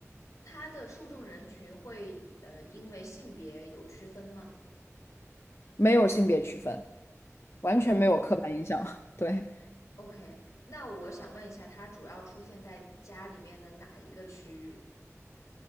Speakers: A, on the left; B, on the left.
A: 它的受众人群会呃因为性别有区分吗
B: 没有性别区分，完全没有刻板印象。<laughs> 对，
A: ？OK，那我想问一下，它主要出现在家里面的哪一个区域？